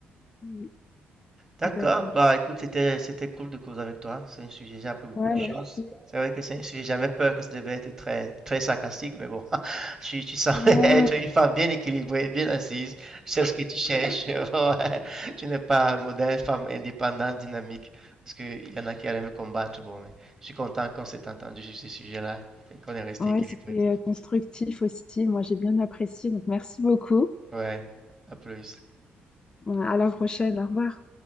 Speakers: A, on the left (about 25°); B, on the right (about 15°).
A: Mm, Je
B: D'accord,
A: suis d'accord.
B: bah écoute, c'était c'était cool de causer avec toi. C'est un sujet, j'ai appris beaucoup
A: Ouais,
B: de choses.
A: merci.
B: C'est vrai que c'est un sujet, j'avais peur que ça devait être très très sarcastique, mais bon, <laughs> tu, tu semblais
A: Non.
B: <laughs> être une femme bien équilibrée, bien assise. Tu sais ce que tu cherches. <laughs> Ouais. Tu n'es pas un modèle femme indépendante, dynamique, parce qu'il y en a qui allaient me combattre. Bon, mais je suis content qu'on s'est entendu sur ce sujet-là et qu'on est resté
A: Ouais,
B: équilibré.
A: c'était euh, constructif aussi. Moi, j'ai bien apprécié. Donc, merci beaucoup.
B: Ouais, à plus.
A: À la prochaine. Au revoir.